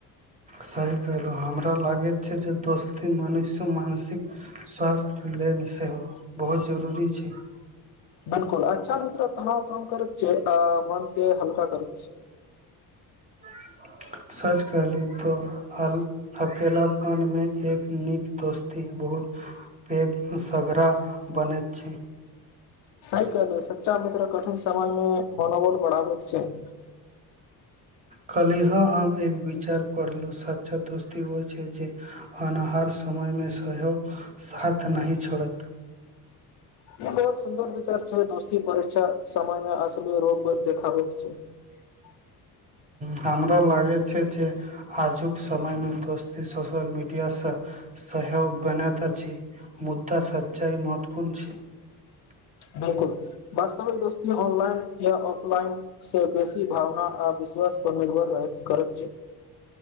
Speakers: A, on the right (about 20°); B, on the left (about 80°).
A: सही कलहुँ हमरा लागैत छै जे दोस्ती मनुष्य मानसिक स्वास्थ्य लेल सेहो बहुत जरूरी छै।
B: बिलकुल अच्छा। <unintelligible> तनाव काम करैत छै आ मन के हल्का करैत छै।
A: <unintelligible> सच कहलहु तऽ अकेलाप्डमे एक नीक दोस्ती बहुत पैघ सघड़ा बनैत छै।
B: सही कहे सच्चा मित्र कठिन समयमे मनोबल बढ़ावूत छै। <unintelligible>
A: कलीहे हम एक विचार पढ़लहुँ सच्चा दोस्ती ओ छै जे अनहार समयमे सेहो साथ नहि छोड़त। <unintelligible>
B: ई बहुत सुन्दर विचार छै दोस्ती परीक्षा समयमे अस रोग ब देखाबैत छै। <unintelligible>
A: हमरा लागैत छै जे आजुक समयमे दोस्ती सोशल मीडियासँ सहयोग बनैत अछि मुद्दा सच्चाइ महत्वपूर्ण छै। <unintelligible>
B: बिलकुल वास्तविक दोस्ती ऑनलाइन या। लाइन से बेसी। <unintelligible> भावना आ विश्वास पर निर्भर -करैत छै। <unintelligible>